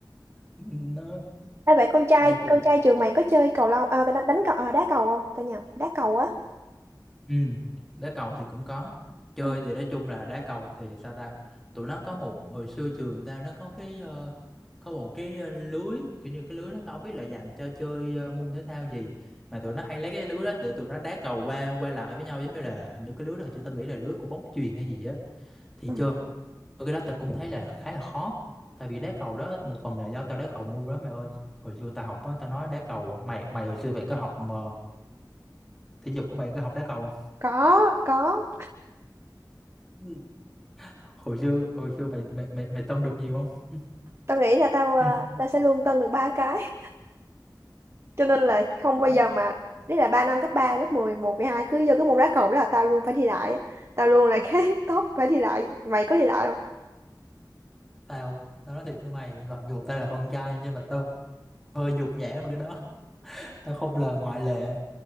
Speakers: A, in the centre; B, on the right (about 35°).
A: nó
B: Ê, vậy con trai
A: nói chung
B: con trai trường mày có chơi cầu lông à, đánh, đánh cầu à, đá cầu không tao nhầm đá cầu á
A: Ừ, đá cầu thì cũng có chơi
B: ừ.
A: thì nói chung là đá cầu thì sao ta tụi nó có một hồi xưa trường ta nó có cái ờ, có một cái ờ, lưới kiểu như cái lưới nó tao không biết là dành cho chơi ờ, môn thể thao gì mà tụi nó hay lấy cái lưới đó để tụi nó đá cầu qua qua lại với nhau giống như là hình như cái lưới đó chứ tao nghĩ là lưới của bóng chuyền hay gì á thì
B: ừ.
A: chơi cái đó tao cũng thấy là khá là khó tại vì đá cầu đó một phần là do tao đá cầu ngu lắm mày ơi hồi xưa tao học á tao nói đá cầu mày mày hồi xưa mày có học mà thể dục của mày có học đá cầu
B: có có
A: không hồi xưa hồi xưa mày mày mày mày tông được nhiều không <laughs>
B: tao nghĩ là tao à,
A: Ừ.
B: tao sẽ luôn tân được ba cái <laughs> cho nên là không
A: không
B: bao giờ mà đấy là ba năm cấp 3 lớp mười một 11, hai cứ vô cái môn đá cầu đó là tao luôn phải thi đại á. tao luôn là cái <laughs> top phải thi đại mày có thi đại
A: tao tao nói thiệt với mày mặc dù tao là con trai nhưng mà tao hơi nhục nhã với cái đó tao không là ngoại lệ